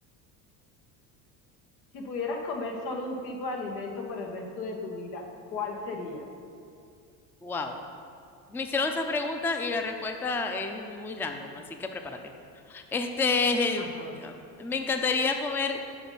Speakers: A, on the left; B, in the centre.
A: Si pudieras comer solo un tipo de alimento por el resto de tu vida, ¿cuál sería?
B: Wow. Me hicieron esa pregunta y la respuesta es muy random, así que prepárate. Este, eh,
A: Arroz.
B: me encantaría comer